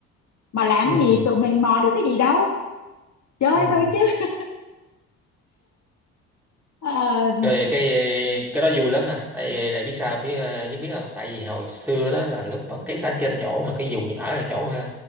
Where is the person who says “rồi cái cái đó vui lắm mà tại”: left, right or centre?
Centre